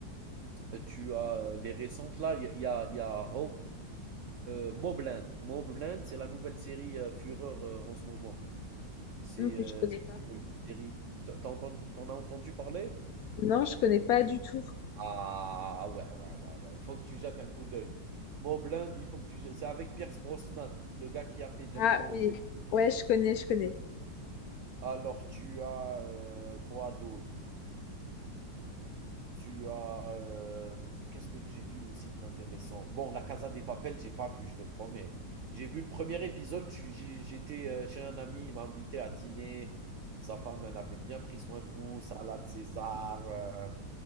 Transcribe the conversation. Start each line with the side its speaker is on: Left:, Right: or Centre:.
Right: Euh, Tu as euh, les récentes là, il y a, il y a- il y a Home, euh, Mobland. Mobland, c'est la nouvelle série euh, Fureur euh, en ce moment. C'est
Left: Ok,
Right: euh,
Left: je connais
Right: c'est
Left: pas.
Right: une série. T'as t'as entendu, t'en as entendu parler?
Left: Non, je connais pas du tout.
Right: Ah ouais, ouais, ouais, ouais. Il faut que tu jettes un coup d'œil. Mobland, il faut que tu jettes. C'est avec Pierce Brosnan, le gars qui a fait James
Left: Ah
Right: Bond
Left: oui. Ouais, je connais, je connais.
Right: Alors, tu as, heu, quoi d'autre? Tu as, hem, qu'est-ce que j'ai vu aussi d'intéressant? Bon, La Casa des Papel, j'ai pas vu, je te promets. J'ai vu le premier épisode, je suis j'ai j'étais, heu, chez un ami, il m'a invité à dîner. Sa femme, elle avait bien pris soin de nous, salade César, euh,